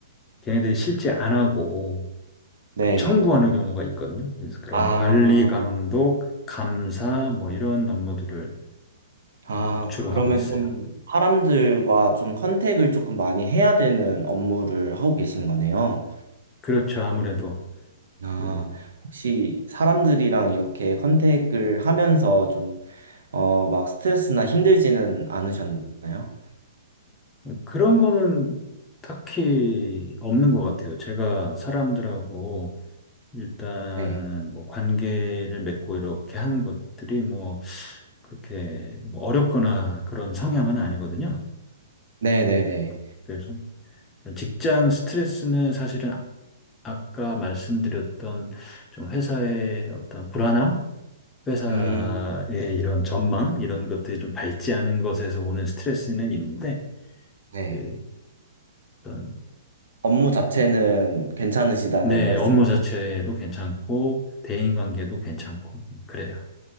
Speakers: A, on the left (about 20°); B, on the right (about 65°).
A: 걔네들이 실제 안 하고
B: 네.
A: 그 청구하는 경우가 있거든요. 그래서 그런
B: 아,
A: 관리 감독, 감사 뭐 이런 업무들을
B: 아,
A: 어, 주로
B: 그러면
A: 하고 있어요.
B: 좀 사람들과 좀 컨택을 조금 많이 해야 되는 업무를 하고 계신 거네요.
A: 그렇죠. 아무래도
B: 아,
A: 그,
B: 혹시 사람들이랑 이렇게 컨택을 하면서 좀, 어, 막 스트레스나 힘들지는 않으셨나요?
A: 그런 거는 딱히 없는 것 같아요. 제가 사람들하고 일단
B: 네.
A: 뭐 관계를 맺고 이렇게 하는 것들이 뭐 그렇게 뭐 어렵거나 그런 성향은 아니거든요.
B: 네네네.
A: 음, 그래서 직장 스트레스는 사실은 아까 말씀드렸던 좀 회사의 어떤 불안함, 회사의
B: 음,
A: 이런 전망, 이런 것들이 좀 밝지 않은 것에서 오는 스트레스는 있는데,
B: 네.
A: 그 어떤,
B: 업무 자체는 괜찮으시다는
A: 네,
B: 말씀.
A: 업무 자체도 괜찮고, 대인관계도 괜찮고, 그래요.